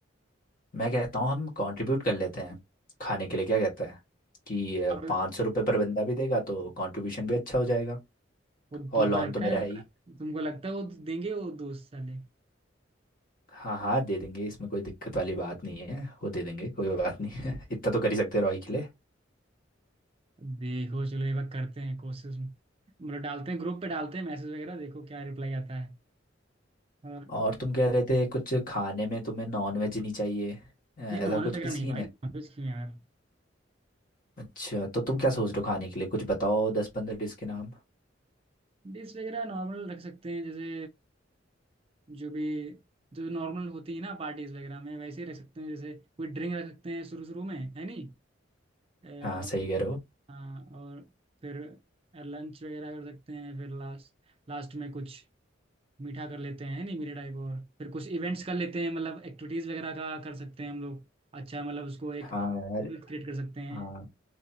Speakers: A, on the left; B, on the right.
A: मैं कहता हूँ हम कंट्रीब्यूट कर लेते हैं खाने के लिए क्या कहता है कि
B: अब
A: पाँच सौ रुपये पर बंदा भी देगा तो कंट्रीब्यूशन भी अच्छा हो जाएगा
B: वो
A: और
B: तुमको
A: लॉन
B: लगता
A: तो मेरा
B: है
A: है ही
B: तुमको लगता है वो देंगे वो दोस्त साले
A: हाँ हाँ दे देंगे इसमें कोई दिक्कत वाली बात नहीं है वो दे देंगे कोई बात नहीं है <laughs> इतना तो कर ही सकते हैं रॉय के लिए
B: देखो चलो एक बार करते हैं कोशिश मतलब डालते हैं ग्रुप पे डालते हैं मैसेज वगैरह देखो क्या रिप्लाई आता है हाँ।
A: और तुम कह रहे थे कुछ खाने में तुम्हें नॉन वेज नहीं चाहिए अ, ऐसा
B: नहीं नॉर्मल
A: कुछ
B: वगैरह
A: भी सीन
B: नहीं भाई
A: है
B: नॉनवेज क्यों यार
A: अच्छा तो तुम क्या सोच रहे हो खाने के लिए कुछ बताओ दस पंद्रह डिश के नाम
B: डिश वगैरह नॉर्मल रख सकते हैं जैसे जो भी जो नॉर्मल होती है ना पार्टीज वगैरह में वैसे ही रख सकते हैं जैसे कोई ड्रिंक रख सकते हैं शुरू शुरू में है नहीं अ,
A: हाँ सही
B: और,
A: कह रहे हो
B: हाँ, और फिर लंच वगैरह कर सकते हैं फिर लास्ट लास्ट में कुछ मीठा कर लेते हैं है नहीं मीठे टाइप और फिर कुछ इवेंट्स कर लेते हैं मतलब एक्टिविटीज वगैरह का कर सकते हैं हम लोग अच्छा मतलब उसको एक
A: हाँ यार
B: क्रिएट कर सकते हैं
A: हाँ